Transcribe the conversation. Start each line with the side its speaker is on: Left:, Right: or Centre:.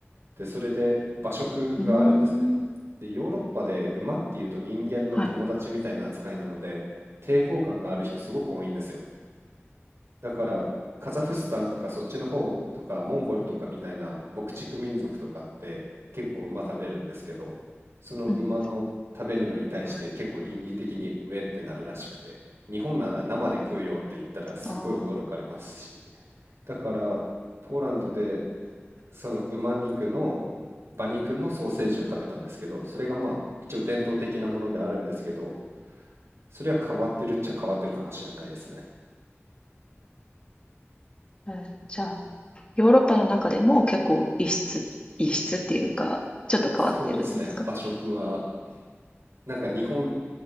Right: でそれで馬食があるんですねでヨーロッパで馬っていうと人間の友達みたいな扱いなので抵抗感がある人すごく多いんですよ
Left: うーん、はい、
Right: だからカザフスタンとかそっちの方とかモンゴルとかみたいな牧畜民族とかって結構馬食べるんですけどその馬の食べるのに対して結構倫理的にウェってなるらしくて日本なら生で食うよって言ったらすっごい驚かれますし
Left: うん、はい、あ
Right: だからポーランドでその馬肉の馬肉のソーセージを食べたんですけどそれがまあ一応伝統的なものであるんですけどそれは変わってるっちゃ変わってるかもしれないですね
Left: あ、えーじゃあ、ヨーロッパの中でも結構異質、異質っていうか、ちょっと変わってるんですか
Right: そうですね馬食はなんか日本、